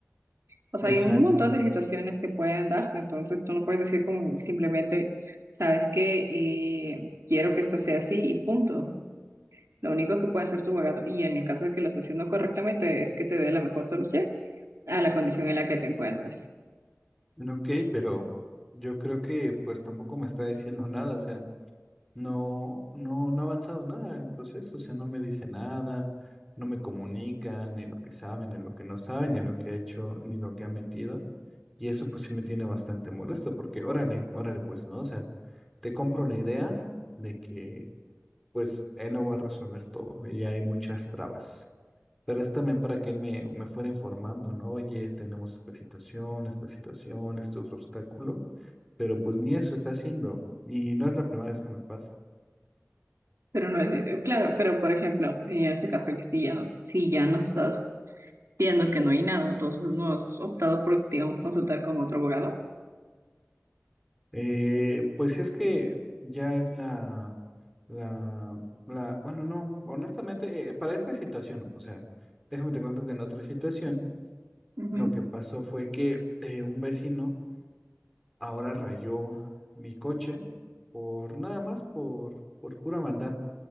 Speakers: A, on the right; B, in the centre.
A: O sea,
B: Exacto.
A: hay un montón de situaciones que pueden darse, entonces tú no puedes decir como simplemente, sabes que quiero que esto sea así y punto. Lo único que puede hacer tu abogado, y en el caso de que lo esté haciendo correctamente, es que te dé la mejor solución a la condición en la que te encuentras.
B: Ok, pero yo creo que pues tampoco me está diciendo <laughs> nada, o sea. No, no, no ha avanzado nada el proceso, o sea, no me dice nada, no me comunica ni lo que sabe, ni lo que no sabe, ni lo que ha hecho, ni lo que ha metido. Y eso pues sí me tiene bastante molesto, porque órale, órale, pues, ¿no? O sea, te compro la idea de que pues él lo va a resolver todo y hay muchas trabas. Pero es también para que él me, me fuera informando, ¿no? Oye, tenemos esta situación, esta situación, este otro obstáculo, pero pues ni eso está haciendo. Y no es la primera vez que me pasa.
A: Pero no es, claro, pero por ejemplo, en este caso, que si ya no, si ya no estás viendo que no hay nada, entonces no has optado por, digamos, consultar con otro abogado.
B: Eh, pues es que ya es la, la, la, bueno, no, honestamente, eh, para esta situación, no, o sea, déjame te cuento que en otra situación,
A: Ujú.
B: lo que pasó fue que eh, un vecino ahora rayó mi coche por nada más, por, por pura maldad.